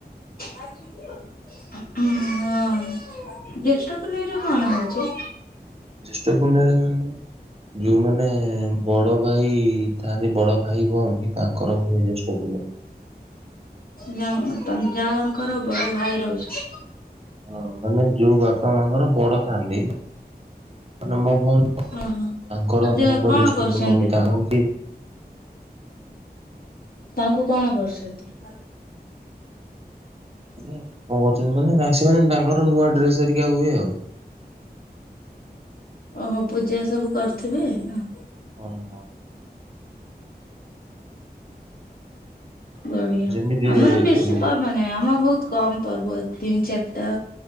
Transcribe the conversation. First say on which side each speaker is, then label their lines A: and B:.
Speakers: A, on the left; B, on the right.
A: ଆଜି ଯିବ ହଁ ଜେଷ୍ଠ ପୁନେଇଁରେ କଣ ହଉଛି?
B: ଜ୍ୟେଷ୍ଠ ପୁନେଇଁରେ ମାନେ ଯୋଉମାନେ ବଡ ଭାଇ ଥାନ୍ତି ବଡ ଭାଇ ଭଉଣୀ ତାଙ୍କର ହୁଏ ଜେଷ୍ଠ ପୂର୍ଣ୍ଣିମା।
A: ଯାଆ ଙ୍କ ଯାଆ ଙ୍କର ବଡ ଭାଇ ରହୁ
B: ହଁ ମାନେ ଯୋଉ ବାପା ମାଙ୍କର ବଡ ଥାଆନ୍ତି ମାନେ ମୋ ଭଉଣୀ। ତାଙ୍କର
A: ଓହୋ ଯେ
B: ହବ
A: କଣ
B: ଜ୍ୟେଷ୍ଠ
A: କରୁଛନ୍ତି
B: ପୂର୍ଣ୍ଣମୀ
A: ତ
B: ତାଙ୍କର ସେ।
A: ତାଙ୍କୁ କଣ କରୁଛନ୍ତି।
B: ମାନେ କଁ କରୁଛନ୍ତି ମାନେ ସେ ମାନେ ତାଙ୍କର ନୂଆ ଡ୍ରେସ ହରିକି ହୁଏ ଆଉ।
A: ଓହୋ ପୂଜା ସବୁ କରୁଥିବେ ନା।
B: ହଁ। ହଁ।
A: ବଢିଆ
B: ଯେମିତି
A: ଆମର ବେଶୀ
B: ଏ
A: ପର୍ବ ନାହିଁ ଆମର ବହୁତ କମ ପର୍ବ ତିନି ଚାରିଟା।